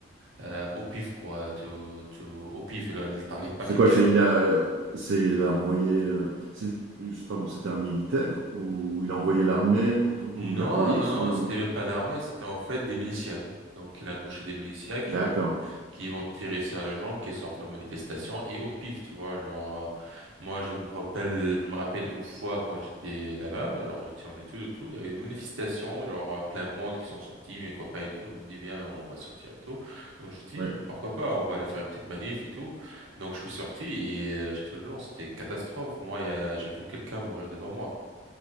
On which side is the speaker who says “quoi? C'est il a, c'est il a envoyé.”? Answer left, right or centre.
Right